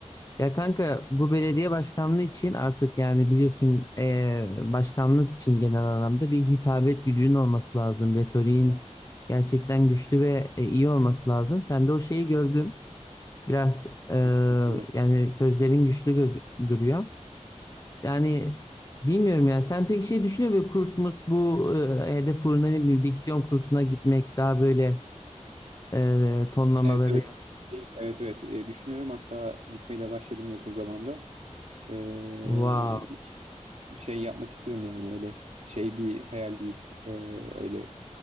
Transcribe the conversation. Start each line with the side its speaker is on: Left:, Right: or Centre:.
Left: Ya kanka bu belediye başkanlığı için artık yani biliyorsun eee, başkanlık için genel anlamda bir hitabet gücünün olması lazım. Retoriğin
Right: Evet,
Left: gerçekten güçlü ve e, iyi olması lazım. Sen de o şeyi gördüm. Biraz eee,
Right: teşekkür ederim.
Left: yani sözlerin güçlü göz duruyor. Yani bilmiyorum ya sen pek şey düşünüyor musun? Kurs mus bu e, hedef uğruna ne bileyim diksiyon kursuna gitmek daha böyle e, tonlamaları
Right: Evet evet.
Left: yap.
Right: Evet evet. E, düşünüyorum hatta gitmeye de başladım yakın zamanda. E,
Left: Wow.
Right: bir şey yapmak istiyorum yani öyle şey bir hayal değil. Ee, öyle